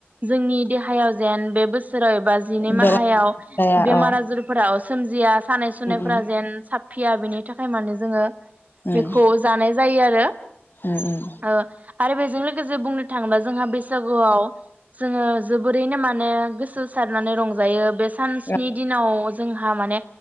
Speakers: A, on the right (about 40°); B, on the left (about 50°).
A: जोंनि देहायाव जेन बे बोसोराव एबा जिनै माह
B: बेराम
A: हायाव
B: जाया
A: बेमार
B: औ
A: आजार फोरा अ सोमजिया सानाय सुनायफोरा
B: उम उम
A: जेन साबफिया बिनि थाखाय माने जोङो
B: उम
A: बेखौ जानाय जायो आरो
B: उम उम
A: ओ आरो बेजों लोगोसे बुंनोथाङोबा जोंहा बैसागुआव जोङो जोबोरैनो माने गोसो होसारनानै रंजायो बे सानस्नि
B: औ
A: दिनाव जोंहा माने